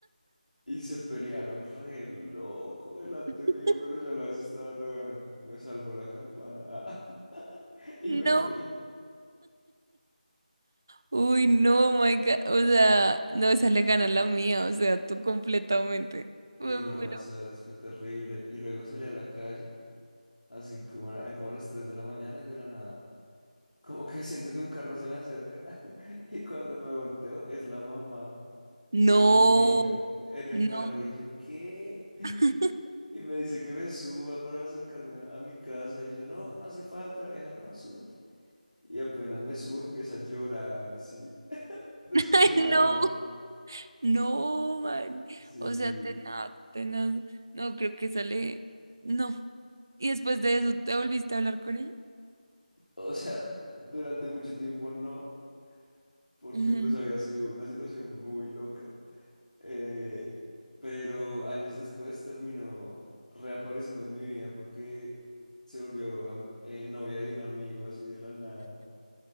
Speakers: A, on the left; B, on the right.
A: y se pelearon re loco delante
B: <laughs>
A: mío, pero yo a la vez estaba re bueno, me salvó la campana <laughs> y
B: no.
A: me fui.
B: Uy, no, my God. O sea, no, esa le gana la mía. O sea, tú completamente. Me
A: Uy, no,
B: muero.
A: esa vez fue terrible. Y luego salí a la calle, así como a, como a las 3 de la mañana y de la nada. Como que siento que un carro se me acerca <laughs> y cuando me volteo es la mamá
B: No,
A: de mi amiga en el
B: no.
A: carro y yo, ¿qué?
B: <laughs>
A: Y me dice que me suba para acercarme a, a mi casa y yo, no, no hace falta, la vieja, no, súbete. Y apenas me subo empieza a llorar así, <laughs> desconsoladamente.
B: Ay, no, no, man.
A: Sí,
B: O sea, tenaz, tenaz. No, creo que sale. No. Y después de eso, ¿te volviste a hablar con ella?
A: o sea, durante mucho tiempo no. porque
B: Ujú.
A: pues había sido una situación muy loca. Eh, pero años después terminó reapareciendo en mi vida porque se volvió am- eh, novia de un amigo así de la nada. <laughs>